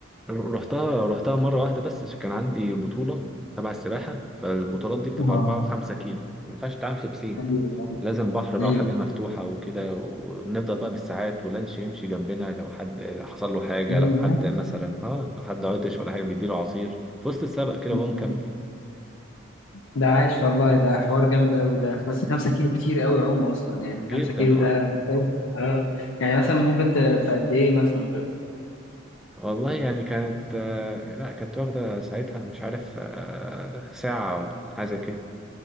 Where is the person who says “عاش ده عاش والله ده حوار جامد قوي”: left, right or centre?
Left